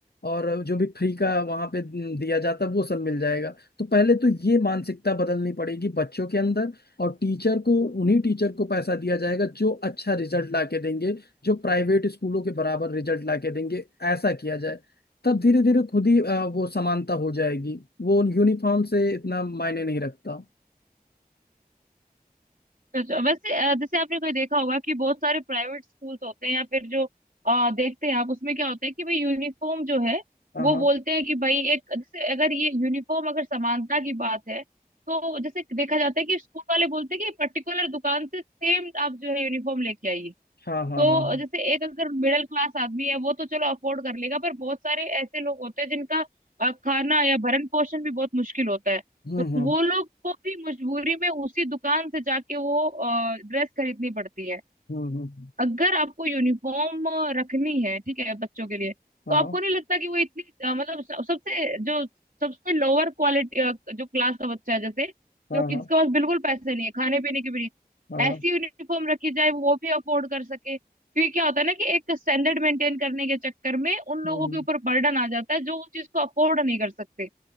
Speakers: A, on the left; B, on the right.
A: और जो भी फ्री का वहां पे दिया जाता है वो सब मिल जाएगा तो पहले तो ये मानसिकता बदलनी पड़ेगी बच्चों के अंदर और टीचर को उन्हीं टीचर को पैसा दिया जाएगा जो अच्छा रिजल्ट ला के देंगे जो प्राइवेट स्कूलों के बराबर रिजल्ट ला के देंगे ऐसा किया जाए तब धीरे धीरे खुद ही अ, वो समानता हो जाएगी वो यूनिफॉर्म से इतना मायने नहीं रखता
B: अच्छा, वैसे अ, जैसे आपने कोई देखा होगा कि बहुत सारे प्राइवेट स्कूल्स होते हैं या फिर जो अ, देखते हैं आप उसमें क्या होता है कि भाई यूनिफॉर्म जो है
A: हाँ
B: वो
A: हाँ
B: बोलते हैं कि भाई एक जैसे अगर ये यूनिफॉर्म अगर समानता की बात है तो जैसे देखा जाता है कि स्कूल वाले बोलते हैं कि पर्टिकुलर दुकान से सेम आप जो है यूनिफॉर्म लेके आइए
A: हाँ हाँ
B: तो
A: हाँ हाँ
B: जैसे एक अगर मिडिल क्लास आदमी है वो तो चलो अफोर्ड कर लेगा पर बहुत सारे ऐसे लोग होते हैं जिनका अ, खाना या भरण पोषण भी बहुत मुश्किल होता है
A: हम्म
B: तो
A: हम्म
B: वो लोग को भी मजबूरी में उसी दुकान से जाके वो ड्रेस खरीदनी पड़ती है
A: हम्म हम्म,
B: अगर आपको यूनिफॉर्म रखनी है ठीक है बच्चों के लिए
A: हाँ
B: तो आपको नहीं लगता कि वो इतनी अ, मतलब स- सबसे जो सबसे लोअर क्वालिटी जो क्लास का बच्चा है जैसे
A: हाँ
B: जो कि
A: हाँ
B: जिसके पास बिल्कुल पैसे नहीं है खाने पीने की भी नहीं
A: हाँ
B: ऐसी यूनिफॉर्म रखी जाए वो भी अफोर्ड कर सके क्योंकि क्या होता है ना कि एक स्टैंडर्ड मेंटेन करने के चक्कर में उन लोगों
A: हम्म
B: के ऊपर बर्डन आ जाता है जो उस चीज को अफोर्ड नहीं कर सकते